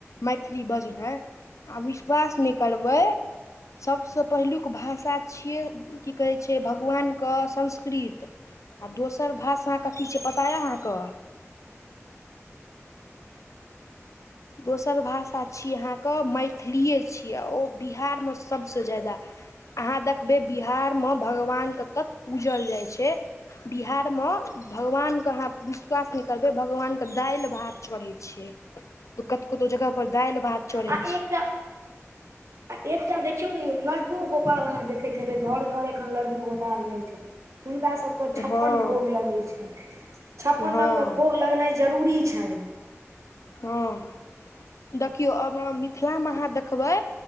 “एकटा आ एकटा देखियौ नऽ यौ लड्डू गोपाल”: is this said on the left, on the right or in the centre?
Right